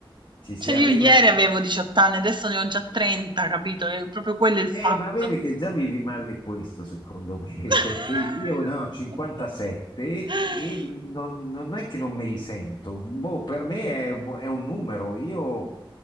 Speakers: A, on the left; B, on the right.
A: ci si
B: cioè
A: arriva
B: io ieri avevo 18 anni, adesso ne ho già 30, capito? È proprio quello il fatto.
A: Eh, ma vedi che già vivi male questo, secondo me,
B: <laughs>
A: <laughs> perché io ne ho 57 e non, non è che non me li sento. Boh, per me è, è un numero. Io